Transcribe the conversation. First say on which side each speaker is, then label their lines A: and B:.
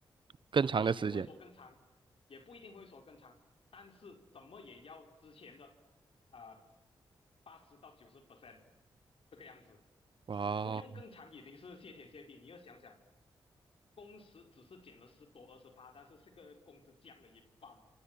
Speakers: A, on the right (about 50°); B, on the left (about 65°).
A: 更长的时间，
B: 也不会说更长，也不一定会说更长，但是怎么也要之前的啊八十到九十 percent 这个样子，
A: 哇哦，
B: 不用更长已经是谢天谢地。你要想想。工时只是减了十多二十八，但是这个工资降了一半，